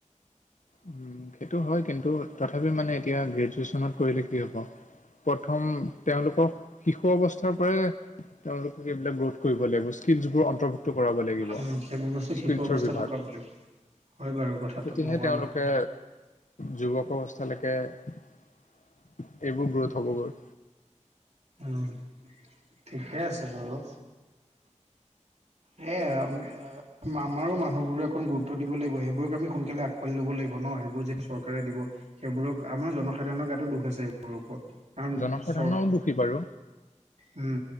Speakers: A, on the left; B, on the right.
A: উম সেইটো হয় কিন্তু তথাপিও মানে এতিয়া গ্ৰেজুৱেচনত কৰিলে কি হ'ব। প্ৰথম তেওঁলোকৰ শিশু অৱস্থাৰ পৰাই। তেওঁলোকক এইবিলাক গ্ৰোথ কৰিব লাগিব স্কিলছবোৰ অন্তৰ্ভুক্ত কৰাব লাগিব
B: উম, সেইবোৰ বস্তু শিকোৱা
A: স্কিলছৰ
B: অৱস্থালৈ
A: বিভাগ।
B: কৰিব হয় বাৰু কথাটো
A: তেতিয়াহে
B: নোহোৱা
A: তেওঁলোকে
B: নহয়।
A: যুৱক অৱস্থালেকে এইবোৰ গ্ৰোথ হ'বগৈ।
B: উম ঠিকে আছে বাৰু। এয়াই আম আমাৰো মানুহবোৰে একখন গুৰুত্ব ত্ব দিব লাগিব সেইবোৰক আমি সোনকালে আকোৱালী লব লাগিব ন সেইবোৰ যদি চৰকাৰ দিব। সেইবোৰক আমাৰ জনসাধাৰণৰ গাটো দোষ আছে সেইবোৰৰ ওপৰত কাৰণ
A: জনসাধাৰণও
B: চ
A: দোষী বাৰু।
B: উম